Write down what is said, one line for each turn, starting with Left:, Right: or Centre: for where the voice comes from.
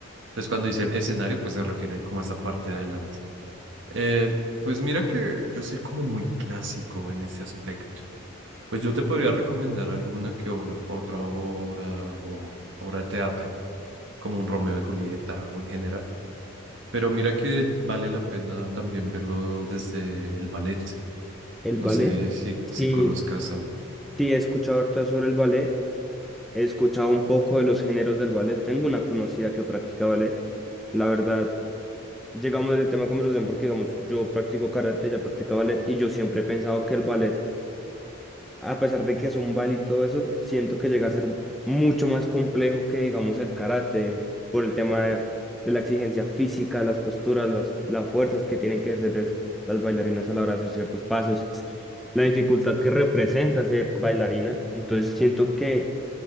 Right: Entonces, cuando dicen escenario, pues se refieren como a esa parte de adelante. Eh, pues mira que yo soy como muy clásico en ese aspecto. Pues yo te podría recomendar alguna que obra, otra obra o obra de teatro, como un Romeo y Julieta o en general. Pero mira que vale la pena también verlo desde el ballet.
Centre: El
Right: No
Centre: ballet.
Right: sé si, si
Centre: Sí,
Right: conozcas algo.
Centre: sí, he escuchado harto sobre el ballet. He escuchado un poco de los géneros del ballet. Tengo una conocida que practica ballet. La verdad, llegamos a ese tema de conversación porque, digamos, yo practico karate, ya practica ballet y yo siempre he pensado que el ballet, a pesar de que es un baile y todo eso, siento que llega a ser mucho más complejo que, digamos, el karate por el tema de, de la exigencia física, las posturas, las, las fuerzas que tienen que ejercer las bailarinas a la hora de hacer ciertos pasos, la dificultad que representa ser bailarina. Entonces, siento que